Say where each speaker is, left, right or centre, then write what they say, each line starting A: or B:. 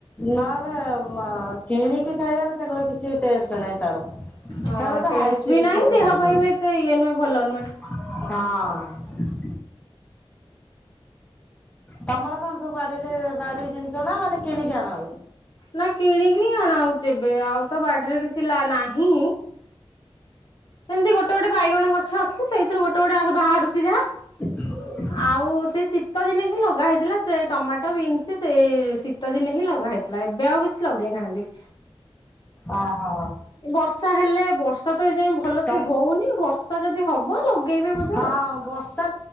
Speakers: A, on the left; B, on the left.
A: ନହେଲେ କିଣିକି ଖାଇବାରେ ସେଗୁରା କିଛି ଟଷ୍ଟ ନାହିଁ ତାର।
B: ହଁ
A: ତାର ତ
B: ଟେଷ୍ଟ
A: ହାଇବ୍ରିଡ
B: ବି ନାହିଁ
A: ସବୁ
B: ଦେହ
A: ଜିନିଷ
B: ପାଇଁ ବି ଏତେ ଇଏ ନୁହେଁ ଭଲ ନୁହେଁ।
A: ହଁ। ତମର କଣ ସବୁ ବାଡିରେ ବାଡି ଜିନିଷ ନା ମାନେ କିଣିକି ଆଣ।
B: ନା କିଣିକି ଆଣା ହଉଛି ଏବେ ଆଉ ତ ବାଡିରେ କିଛି ନାହିଁ ଏମତି ଗୋଟେ ଗୋଟେ ବାଇଗଣ ଗଛ ଆସୁଛି ସେଇଥିରୁ ଗୋଟେ ଗୋଟେ ବାହାରୁଛି ଯାହା।
A: ହ <inaudible>
B: ଆଉ ସେ ଶୀତ ଦିନେ ହିଁ ଲଗା ହେଇଥିଲା ସେ ଟମାଟୋ ବିନ୍ସ ସେ ଶୀତ ଦିନେ ହିଁ ଲଗା ହେଇଥିଲା ନା ଏବେ ଆଉ କିଛି ଲଗେଇନାହାନ୍ତି
A: ଓ ହୋ
B: ବର୍ଷା ହେଲେ ବର୍ଷା ତ ଏ ଯାଇ ଭଲ
A: ତମ
B: ସେ ହଉନି ବର୍ଷା ଯଦି ହବ ଲଗେଇବେ ବୋଧେ
A: ହଁ
B: ଆଉ
A: ବର୍ଷା